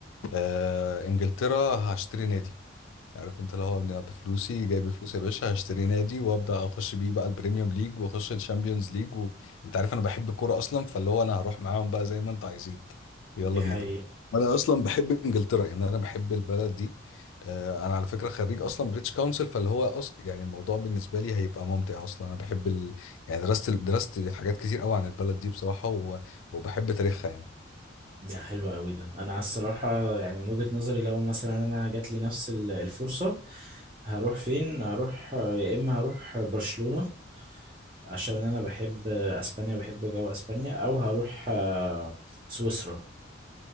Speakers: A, on the left; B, on the right.
A: أه انجلترا هشتري نادي عارف انت اللي هو انا بفلوسي جايب فلوس يا باشا هشتري نادي وابدا اخش بيه بقى البريميوم ليج واخش الشامبيونز ليج وانت عارف انا بحب الكوره اصلا فاللي هو انا هروح معاهم بقى زي ما انتوا عايزين يلا
B: دي حقيقة
A: بينا انا اصلا بحب انجلترا يعني انا بحب البلد دي آه، انا على فكره خريج اصلا بريتش كونسل فاللي هو أص... يعني الموضوع بالنسبه لي هيبقى ممتع اصلا انا بحب ال... يعني درست درست حاجات كتير قوي عن البلد دي بصراحه و... وبحب تاريخها يعني
B: ده حلو قوي ده انا على الصراحه يعني من وجهه نظري لو مثلا انا جات لي نفس ال- الفرصه هروح فين هروح يا اما هروح برشلونه عشان انا بحب اسبانيا بحب جو اسبانيا او هروح آه، سويسرا